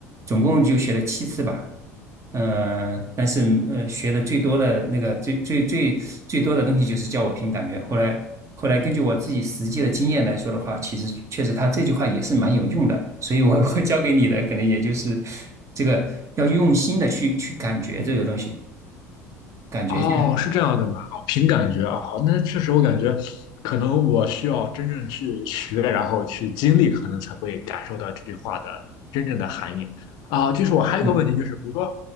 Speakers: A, on the right; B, on the left.
A: 总共就学了七次吧。嗯，但是呃，学的最多的那个最最最最多的东西就是叫我凭感觉。后来后来根据我自己实际的经验来说的话，其实确实他这句话也是蛮有用的。所以我我教给你的可能也就是这个要用心的去去感觉这个东西，感觉这个，
B: 哦，是这样的吗？哦，凭感觉啊，好那确实我感觉，可能我需要真正去学，然后去经历，可能才会感受到这句话的真正的含义啊。就是我还有一个问题，
A: 嗯
B: 就是比如说，